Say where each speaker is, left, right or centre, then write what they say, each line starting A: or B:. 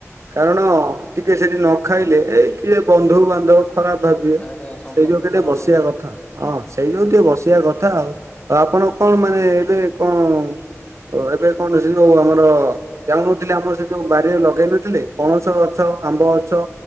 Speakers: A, on the right; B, on the left.
A: କାରଣ ଟିକେ ସେଠି ନ ଖାଇଲେ କିଏ ବନ୍ଧୁବାନ୍ଧବ ଖରାପ ଭାବିବେ
B: ଆଜ୍ଞା ସମ୍ପର୍କ
A: ସେଇ ଯୋଗୁଁ ଟିକେ
B: ଖରାପ
A: ବସିବା
B: ହବ ନା।
A: କଥା। ହଁ ସେଇ ଯୋଗୁଁ ଟିକେ ବସିବା କଥା ଆଉ। ଆଉ ଆପଣ କଣ ମାନେ ଏବେ କଣ ଓ ଏବେ କଣ ସେ ଯୋଉ ଆମର ଯାଉନଥିଲେ ଆମର ସେ ଯୋଉ ବାରିରେ ଲଗେଇ ନଥିଲେ ପଣସ ଗଛ ଗଛ, ଆମ୍ବ ଗଛ,